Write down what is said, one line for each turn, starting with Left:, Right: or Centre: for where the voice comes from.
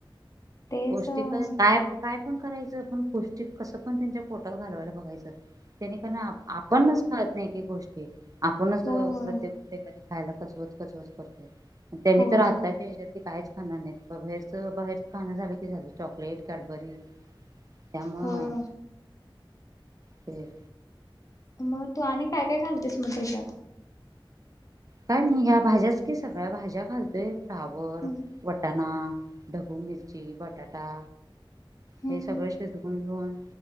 Left: तेच
Right: पौष्टिक
Left: होय
Right: काय काय पण करायचं पण पौष्टिक कसं पण त्यांच्या पोटात घालवायला बघायचं. त्यनेकण आपणच खात नाही एकी एक गोष्टी आपणच
Left: होय होय
Right: प्रत्येक एखादी खायला कचवच कचकच करतोय त्यांनी
Left: होय
Right: तर आताच्या ह्याज्यात. ते काहीच खाणर नाहीत प बाहेरच बाहेरच खाणं झालं की झालं. Chocolate Cadbury. त्यामुळ
Left: होय होय.
Right: ते.
Left: मग तू आणि काय काय घालतेस. म त्याच्यात.
Right: काय नाही ह्या भाज्याच की सगळ्या भाज्या घालतो फ्लावर
Left: हम्म
Right: वटाण. ना ढबू मिरची बटाटा
Left: हम्म
Right: हे सगळे शिजकून घेऊन.